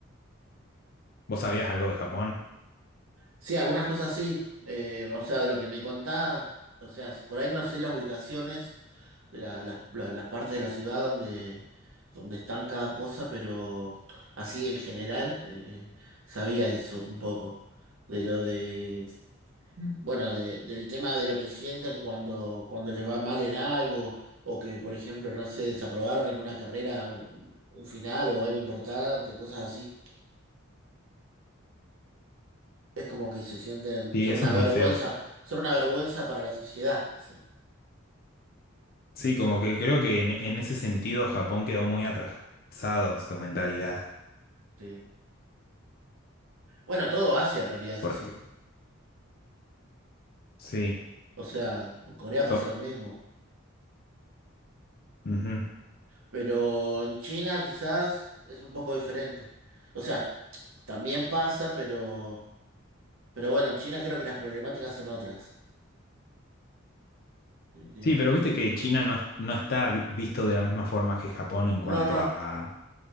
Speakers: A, on the left; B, on the right.
A: ¿Vos sabías algo de Japón?
B: Sí, algunas cosas sí. eh, o sea, de lo que me contás, o sea, por ahí no sé las ubicaciones, la- la- la- las partes de la ciudad donde, donde están cada cosa, pero así en general eh, eh, sabía eso un poco. De lo de, bueno, de- del tema de lo que sienten cuando, cuando les va mal en algo, o que, por ejemplo, no se desaprobaron en una carrera un un final o algo importante, cosas así. es como que se sienten,
A: Sí,
B: son
A: eso
B: una
A: es muy
B: vergüenza,
A: feo.
B: son una vergüenza para la sociedad. o sea,
A: Sí, como que creo que en, en ese sentido Japón quedó muy atrasado su mentalidad.
B: sí. Bueno, todo Asia en realidad es
A: Porque
B: así.
A: sí,
B: O sea, en Corea
A: so-
B: pasa lo mismo.
A: ujú.
B: Pero en China quizás es un poco diferente. O sea, también pasa, pero, pero bueno, en China creo que las problemáticas son otras, digamos.
A: Sí, pero viste que China no, es- no está vi- visto de la misma forma que Japón en
B: No,
A: cuanto
B: no,
A: a, a